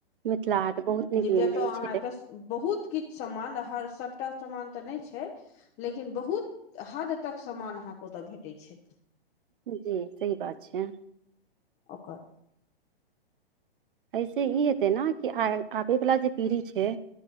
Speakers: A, on the right; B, on the left.
A: मिथिला हाट बहुत नीक
B: जे
A: मनि
B: जतय
A: गेल
B: अहाँके
A: छै
B: बहुत किछ सामान हर सभटा सामान तऽ नय छै लेकिन बहुत हद तक सामान अहाँकेँ ओतय भेटै छै
A: जी सही बात छै
B: ओकर
A: ऐसे ई हेतै ने कि आ आबे वला जे पीढ़ी छै